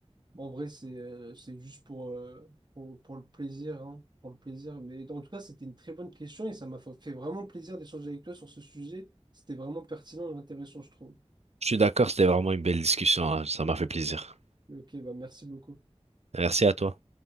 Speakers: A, on the right (about 40°); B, on the right (about 75°).
A: en vrai, c'est euh, c'est juste pour, euh, pour, pour le plaisir, hein, pour le plaisir. Mais en tout cas, c'était une très bonne question et ça m'a fa- fait vraiment plaisir d'échanger avec toi sur ce sujet. C'était vraiment pertinent et intéressant, je trouve.
B: Je suis d'accord, c'était vraiment une belle discussion, hein. Ça m'a fait plaisir.
A: Ok, bah merci beaucoup.
B: Merci à toi.